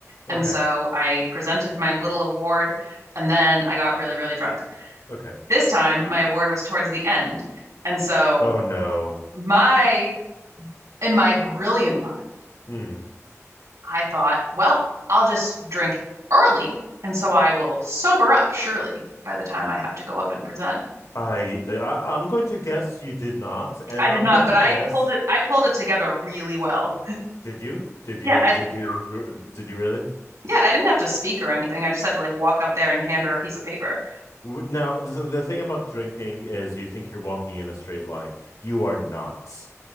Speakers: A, on the left; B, on the right.
A: okay,
B: And so I presented my little award and then I got really, really drunk.
A: okay.
B: This time, my award was towards the end. And so,
A: Oh no.
B: my, in my brilliant mind,
A: Hmm.
B: I thought, well, I'll just drink early. And so I will sober up, surely, by the time I have to go up and present.
A: I, I I'm going to guess you did not, and
B: I
A: I'm
B: did not,
A: going
B: but
A: to
B: I
A: guess
B: pulled it, I pulled it together really well.
A: did you? Did
B: Yeah,
A: you?
B: I,
A: Did you? Did you really?
B: yeah, I didn't have to speak or anything. I just had to like walk up there and hand her a piece of paper.
A: W- Now, the the thing about drinking is you think you're walking in a straight line. You are not.